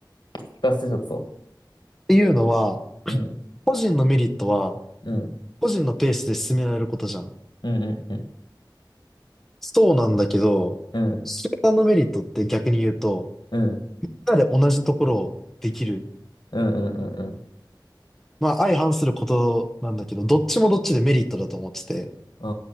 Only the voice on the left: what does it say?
聞かせてちょっと。
うん。
うん。
うんうんうん
うん
うん
うんうんうんうん
あ